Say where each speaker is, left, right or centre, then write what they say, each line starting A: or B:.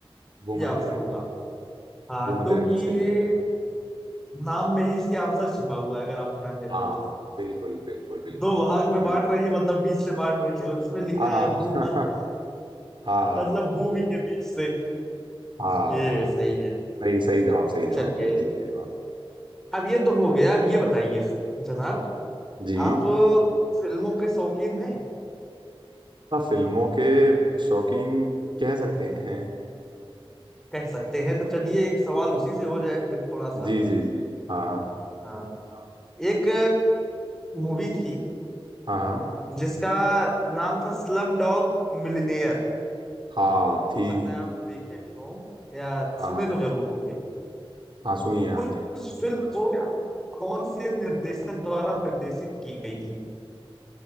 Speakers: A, on the right; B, in the centre.
A: भूमध्य
B: ये आंसर
A: रेखा
B: होगा हाँ
A: भूमध्य
B: क्योंकि
A: रेखा
B: ये
A: सही है
B: नाम में ही इसके आंसर छिपा हुआ है अगर आप ध्यान दें
A: हाँ
B: तो
A: बिल्कुल बिल्कुल बिल्कुल
B: दो भाग में
A: सही
B: बांट रही है मतलब बीच से बांट रही है और इसमें लिखा
A: हाँ
B: है
A: <laughs>
B: भूमध्य
A: हाँ हाँ
B: मतलब भूमि के बीच से
A: हाँ
B: ये
A: हाँ हाँ
B: सही है
A: सही सही जवाब सही जवाब
B: चलिए
A: बिल्कुल सही जवाब
B: अब ये तो हो गया अब ये बताइए जनाब
A: जी
B: आप फिल्मों के शौकीन हैं
A: हाँ फिल्मों के शौकीन कह सकते हैं हैं
B: कह सकते हैं तो चलिए एक सवाल उसी से हो जाए फिर थोड़ा सा
A: जी जी जी हाँ
B: हाँ
A: हाँ
B: एक मूवी थी
A: हाँ हाँ
B: जिसका नाम था स्लम डॉग मिलिनेयर
A: हाँ थी
B: हो सकता है आप देखे भी हो या
A: हाँ
B: सुने
A: हाँ
B: तो जरूर होंगे
A: हाँ सुनिए हाँ
B: उस
A: जी
B: उस फिल्म को कौन से निर्देशक द्वारा निर्देशित की गई थी